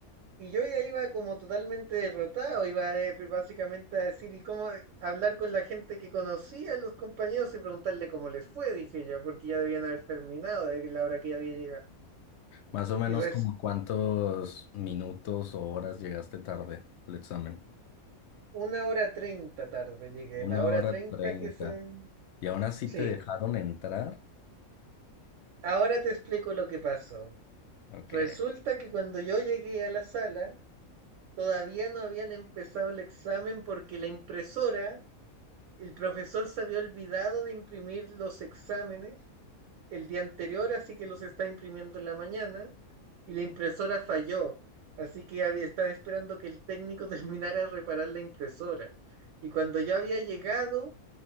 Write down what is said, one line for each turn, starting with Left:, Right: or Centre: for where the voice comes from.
Right: Y yo ya iba como totalmente derrotado, iba de- básicamente a decir, ¿y cómo hablar con la gente que conocía, los compañeros, y preguntarle cómo les fue? Dije yo, porque ya debían haber terminado de la hora que ya había llegado.
Left: Más o menos
Right: Y res,
Left: como cuántos minutos o horas llegaste tarde al examen.
Right: una hora treinta tarde llegué, la
Left: Una
Right: hora
Left: hora
Right: treinta
Left: treinta.
Right: que se...
Left: Y aún así
Right: Sí,
Left: te dejaron entrar.
Right: ahora te explico lo que pasó.
Left: Ok.
Right: Resulta que cuando yo llegué a la sala, todavía no habían empezado el examen porque la impresora, el profesor se había olvidado de imprimir los exámenes el día anterior, así que los está imprimiendo en la mañana y la impresora falló. Así que había- estaba esperando que el técnico <laughs> terminara de reparar la impresora. Y cuando yo había llegado,